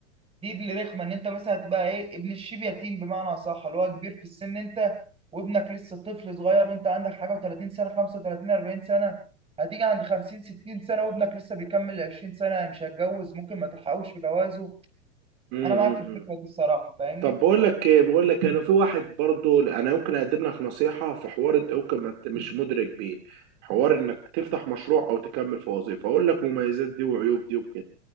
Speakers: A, on the right; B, on the right.
A: دي اللي رخمه ان انت مثلا تبقى ايه ابن الشيب يتيم بمعنى اصح اللي هو كبير في السن انت وابنك لسه طفل صغير وانت عندك حاجه و30 سنه 35 40 سنه هتيجي عند 50 60 سنه وابنك لسه بيكمل 20 سنه مش هيتجوز ممكن ما تلحقوش في جوازه
B: م
A: انا
B: -م
A: معاك في الفكره
B: -م.
A: دي الصراحه فاهمني
B: طب بقول لك ايه بقول لك انا في واحد برضو انا يمكن اقدم لك نصيحة في حوار انت يمكن ما انت مش مدرك بيه حوار انك تفتح مشروع او تكمل في وظيفة اقول لك مميزات دي وعيوب دي وكده